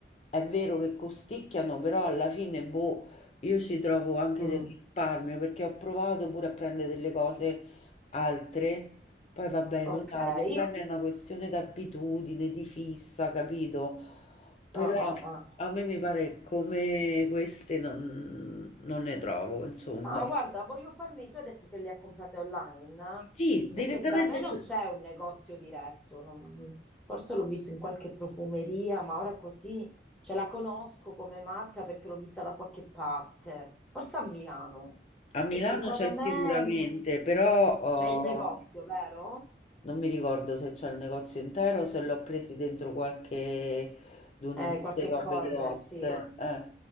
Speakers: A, on the left (about 35°); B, in the centre.
A: è vero che costicchiano, però alla fine, boh, io ci trovo anche
B: Mm.
A: del risparmio, perché ho provato pure a prendere delle cose altre. Poi vabbè,
B: Ok.
A: lo sai,
B: Ah,
A: le creme è una questione d'abitudine, di fissa, capito? Però
B: ah, ah.
A: a me mi pare come queste non, non ne trovo, insomma.
B: Ma guarda, voglio farmi, tu hai detto che le ha comprate online?
A: Sì,
B: Perché
A: direttamente
B: da me non
A: su-
B: c'è un negozio diretto, non- forse l'ho visto in qualche profumeria, ma ora così ce la conosco come marca perché l'ho vista da qualche parte, forse a Milano,
A: a Milano
B: perché qua
A: c'è
B: da
A: sicuramente,
B: me mh,
A: però oh,
B: c'è il negozio, vero?
A: non mi ricordo se c'è il negozio intero o se l'ho presi dentro qualche d'uno
B: Eh,
A: di queste
B: qualche
A: robe
B: corner,
A: grosse.
B: sì.
A: eh.